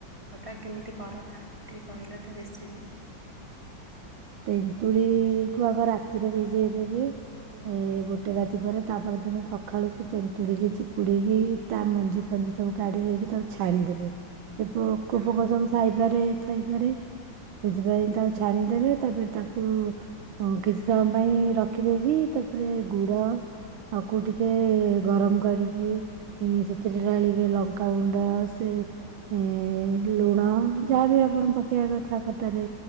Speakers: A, on the right; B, on the right.
A: ଖଟା କେମିତି କର ଟିକେ କହିଲ ତା ରେସିପି।
B: ତେନ୍ତୁଳି କୁ ଆଗ ରାତିରେ ଭିଜେଇ ଦେବେ ଏ ଗୋଟେ ରାତି ପରେ ତାପର ଦିନ ସକାଳୁ ସେ ଚେନ୍ତୁଳିକି ଚିପୁଡିକି ତା ମଞ୍ଜି ଫଞ୍ଜି ସବୁ କାଢ଼ି ଦେଇକି ତାକୁ ଛାଣିଦେବେ। ସେ ପୋକ
A: ହୁଁ।
B: ଫୋକ ସବୁ ସାଇପାରେ ଥାଇପାରେ ସେଥିପାଇଁ ତାକୁ ଛାଣିଦେବେ ତାପରେ ତାକୁ କିଛି ସମୟ ପାଇଁ ରଖିଦେଇକି ତାପରେ ଗୁଡ ତାକୁ ଟିକେ ଗରମ କରିକି ଏ ସେଥିରେ ଢାଳିବେ ଲଙ୍କାଗୁଣ୍ଡ ସେ ଏ ଲୁଣ ଯାହାବି ଆପଣ ପକେଇବା କଥା ଖଟରେ